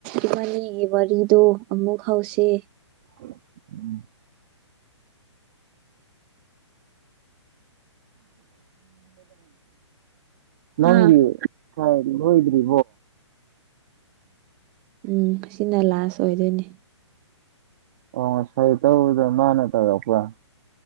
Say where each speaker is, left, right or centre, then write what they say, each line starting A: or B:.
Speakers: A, on the right; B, on the right.
A: ꯏꯕꯥꯅꯤꯒꯤ ꯋꯥꯔꯤꯗꯣ ꯑꯃꯨꯛ ꯍꯧꯁ
B: ꯎꯝ <inaudible> ꯅꯪꯒꯤ
A: ꯍꯥꯥ
B: ꯍꯣꯏꯗ꯭ꯔꯤ
A: ꯎꯝ ꯁꯤꯅ ꯂꯥꯁ ꯑꯣꯏꯗꯣꯏꯅꯦ
B: ꯑꯣ ꯁꯔꯤ ꯇꯧꯗ ꯃꯥꯅ ꯇꯗꯄ